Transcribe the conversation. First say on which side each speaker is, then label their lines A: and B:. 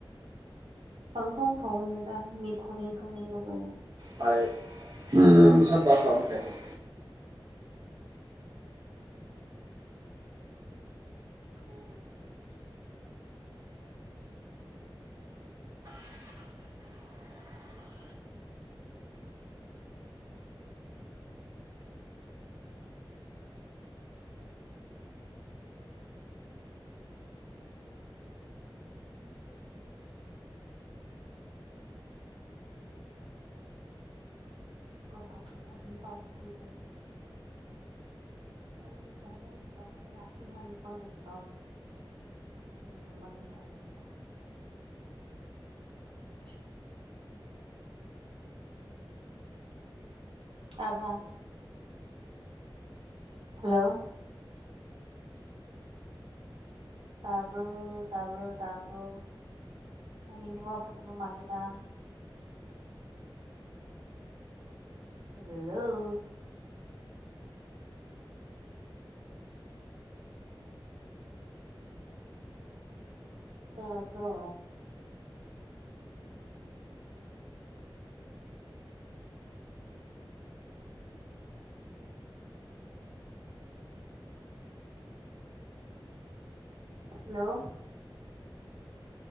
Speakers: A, on the right (about 85°); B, on the right (about 50°).
A: ꯄꯥꯡ ꯊꯣꯡ ꯊꯣꯝꯅꯤꯗ ꯃꯤꯊꯣꯡꯅꯤꯡ ꯊꯣꯡꯅꯤꯡꯕꯒ
B: ꯍ ꯀꯁꯟꯇꯥ ꯁꯥꯕꯅ ꯀꯩꯅꯅ
A: ꯍꯥꯞꯄ꯭ꯔꯦ ꯑꯗꯨ ꯅꯨꯄꯥꯕꯨꯗꯨ ꯈꯨꯖ ꯑꯩꯒꯤ ꯐꯣꯟꯗꯒꯤ ꯇꯧꯁꯤꯔ ꯎ ꯅꯪꯒꯤ ꯐꯣꯟꯗꯅꯤ ꯇꯧ ꯁꯤꯒꯤ ꯅꯝꯕꯔꯅꯤ ꯍꯥꯏꯕꯒꯦ <unintelligible> ꯇꯥꯕ꯭ꯔ ꯍꯜꯂꯣ ꯇꯥꯕ꯭ꯔꯣ ꯇꯥꯕ꯭ꯔꯣ ꯇꯥꯕ꯭ꯔꯣ ꯅꯪꯒꯤ ꯅꯦꯠꯋꯥꯛ ꯐꯠꯇꯕ ꯃꯥꯜꯂꯤꯗ ꯍꯜꯂꯣ ꯇꯥꯕ꯭ꯔꯣ ꯍꯜꯂꯣ